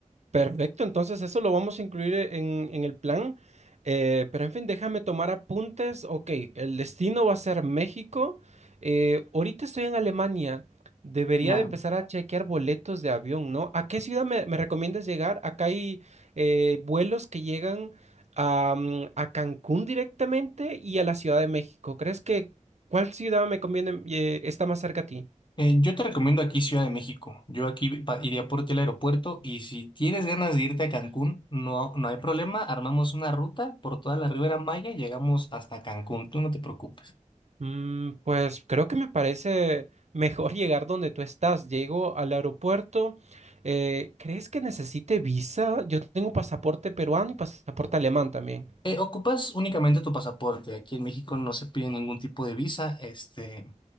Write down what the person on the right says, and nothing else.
Perfecto, entonces eso lo vamos a incluir eh, en, en el plan. Eh, pero en fin, déjame tomar apuntes. Ok, el destino va a ser México. Eh, ahorita estoy en Alemania. Debería
de empezar a chequear boletos de avión, ¿no? ¿A qué ciudad me, me recomiendas llegar? Acá hay eh, vuelos que llegan a, mm, a Cancún directamente y a la Ciudad de México. ¿Crees que cuál ciudad me conviene, eh, está más cerca a ti?
Mm, pues creo que me parece mejor <laughs> llegar donde tú estás. Llego al aeropuerto. eh, ¿crees que necesite visa? Yo tengo pasaporte peruano y pasaporte alemán también.